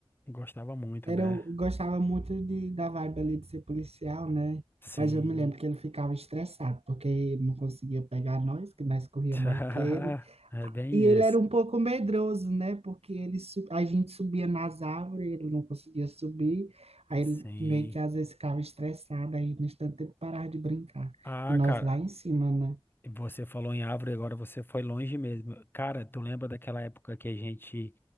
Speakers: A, on the left; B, on the right.
A: gostava muito,
B: era,
A: né?
B: o- gostava muito de, da vibe ali de ser policial, né?
A: Sim.
B: Mas eu me lembro que ele ficava estressado, porque não conseguia pegar nós, que nós corria
A: <laughs>
B: mais que ele.
A: É bem
B: E ele
A: isso.
B: era um pouco medroso, né? Porque ele, su- a gente subia nas árvores, ele não conseguia subir. Aí
A: Sim.
B: ele meio que às vezes ficava estressado, aí no instante ele parava de brincar.
A: Ah,
B: E nós
A: cara,
B: lá em cima, né?
A: você falou em árvore, agora você foi longe mesmo. Cara, tu lembra daquela época que a gente